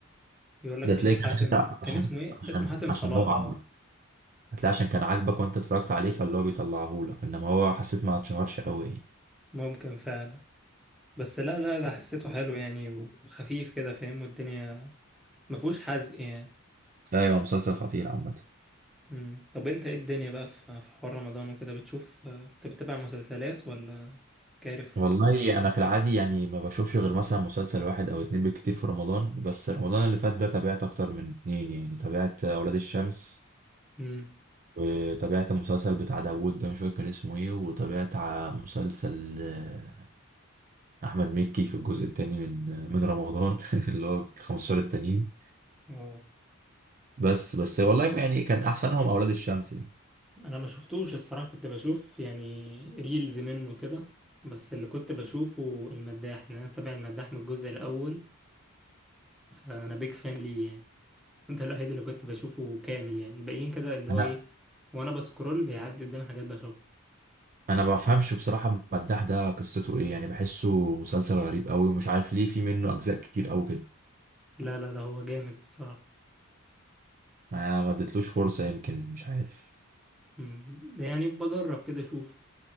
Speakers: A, in the centre; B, on the right.
A: يقول لك
B: ده
A: مش
B: تلاقيك
A: عارف حاتم
B: عشان انت عشان
A: كان اسمه ايه
B: عشان
A: اسمه حاتم
B: عشان
A: صلاح
B: هو عاجبك
A: اه
B: هتلاقي عشان كان عاجبك وانت اتفرجت عليه فاللي هو بيطلعهولك انما هو حسيت ما اتشهرش قوي يعني
A: ممكن فعلا بس لا لا ده حسيته حلو يعني وخفيف كده فاهم والدنيا ما فيهوش حزق يعني
B: ايوه مسلسل خطير عامه
A: مم. طب انت ايه الدنيا بقى في في حوار رمضان وكده بتشوف آه، كنت بتتابع مسلسلات ولا كارف
B: والله انا في العادي يعني ما بشوفش غير مثلا مسلسل واحد او اتنين بالكتير في رمضان بس رمضان اللي فات ده تابعت اكتر من اتنين يعني تابعت اولاد الشمس
A: امم
B: وتابعت المسلسل بتاع داوود ده مش فاكر كان اسمه ايه وتابعت ع- مسلسل آه، احمد مكي في الجزء التاني من آه، من رمضان <laughs> اللي هو ال 15 التانيين
A: اه
B: بس بس والله يعني كان احسنهم اولاد الشمس ده
A: انا ما شفتوش الصراحة كنت بشوف يعني ريلز منه كده بس اللي كنت بشوفه المداح لان انا متابع المداح من الجزء الاول فانا بيج فان ليه يعني <laughs> ده الوحيد اللي كنت بشوفه كامل يعني الباقيين كده اللي
B: انا
A: هو ايه وانا بسكرول بيعدي قدام حاجات بشوفها
B: انا ما بفهمش بصراحة المداح ده قصته ايه يعني بحسه مسلسل غريب قوي ومش عارف ليه في منه اجزاء كتير قوي كده
A: لا لا لا هو جامد الصراحة
B: ما ما اديتلوش فرصة يمكن مش عارف
A: مم. يعني بجرب كده اشوف